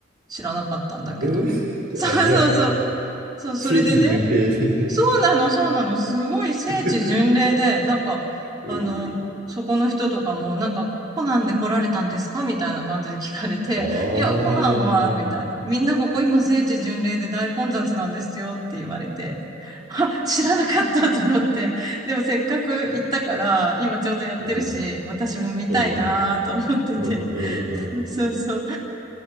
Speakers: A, on the right; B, on the right.
A: 知らなかったんだけど。
B: えー、じゃあ、
A: そうそうそう。
B: じゃあ、
A: そう、それでね、
B: 正規巡礼で
A: そうなの、そうなの。すごい聖地巡礼で、
B: <laughs>
A: なんか、
B: うん。
A: あの、そこの人とかも、なんか、コナンで来られたんですかみたいな感じで聞かれて、
B: ああ、
A: いや、コナンは、
B: うん、
A: みたいな。みんなここ今聖地巡礼で大混雑なんですよって言われて、あ、知らなかったと思って。でもせっかく行ったから、今ちょうどやってるし、
B: うん、
A: 私も見たいなと思ってて。
B: うん、うん、うん。
A: そうそうそう。